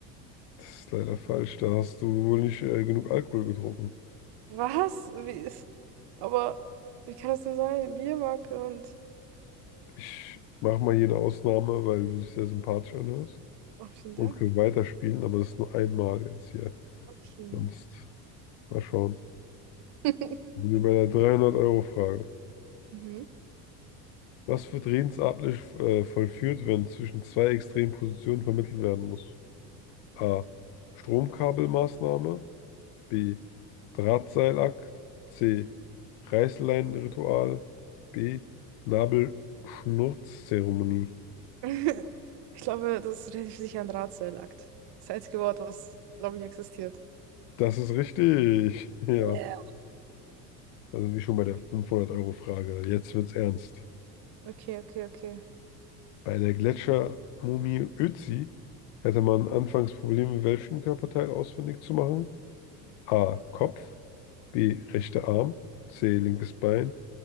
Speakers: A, on the left; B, on the right.
A: Das ist leider falsch, da hast du wohl nicht äh, genug Alkohol getrunken.
B: Was? Wie ist... <laughs> Aber wie kann das denn sein? Biermarke und...
A: Ich mache mal hier eine Ausnahme, weil du dich sehr sympathisch anhörst
B: Oh, vielen Dank.
A: und können weiterspielen, aber das ist nur einmal jetzt hier.
B: Okay.
A: Sonst mal schauen.
B: <laughs>
A: Sind wir bei der dreihundert euro frage
B: Mhm.
A: Was wird redensartlich äh, vollführt, wenn zwischen zwei extremen Positionen vermittelt werden muss? A. Stromkabelmaßnahme. B. Drahtseilakt. C. Reißleinenritual. B. Nabelschnurzzeremonie.
B: <laughs> Ich glaube, das ist relativ sicher ein Drahtseilakt. Das einzige Wort, was, glaube ich, existiert.
A: Das ist richtig. <laughs> Ja,
B: Ja.
A: da sind wir schon bei der 500-Euro-Frage. Jetzt wird's ernst.
B: Okay, okay, okay.
A: Bei der Gletschermumie Ötzi hätte man anfangs Probleme, welchen Körperteil ausfindig zu machen. A. Kopf. B. Rechter Arm. C. Linkes Bein.